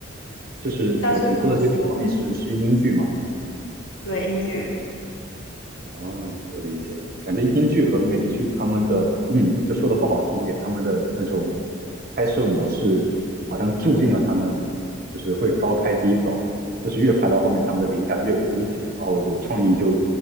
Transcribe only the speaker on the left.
但是怎么说，
对，英剧，